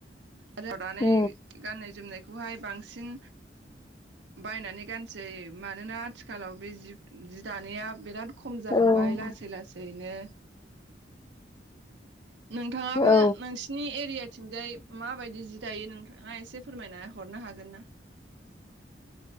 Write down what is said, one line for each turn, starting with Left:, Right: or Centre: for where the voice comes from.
Right: आरो नानै
Left: ओं
Right: गाननाय जोमनायखौहाय बां सिन बायनानै गानसै मानोना आथिखालाव बे जि जि दानाया बिराद खम
Left: उम
Right: जालांबाय
Left: औ
Right: लासै लासैनो नोंथाङाबो
Left: औ
Right: नोंसिनि एरिया थिंजाय माबायदि जि दायो नोंथाङा एसे फोरमायना हरनो हागोन ना?